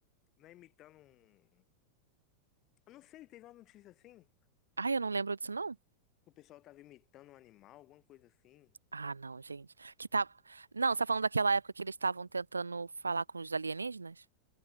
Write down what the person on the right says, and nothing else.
Ai, eu não lembro disso, não?
Ah, não, gente. Que tá... Não, você tá falando daquela época que eles estavam tentando falar com os alienígenas?